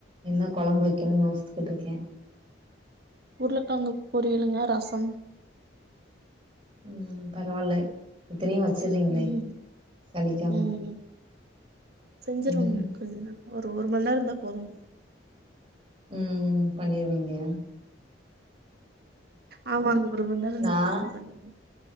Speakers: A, on the right; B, on the right.
A: என்ன கொழம்பு வைக்கணு யோசித்துக்கிட்டுருக்கே
B: உருளக்கழங்கு பொரியளுங்க ரசம்
A: ம் பரவால்ல இத்தனையு வச்சிர்றிங்ளே
B: ம்
A: சளிக்காம
B: ம் செஞ்சிருவங்க
A: ம்ஹு
B: ஒரு ஒரு மண்நேரோ இருந்தா போதும்
A: ம் பண்ணிருவிங்க
B: ஆமாங்க ஒரு மண்நேரோ இருந்தா
A: நான்
B: போது பண்ணிக்லா